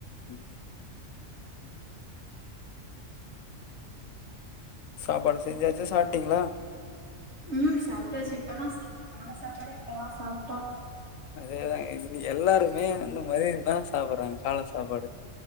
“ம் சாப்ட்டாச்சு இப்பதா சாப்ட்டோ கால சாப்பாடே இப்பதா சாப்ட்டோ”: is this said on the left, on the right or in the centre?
Right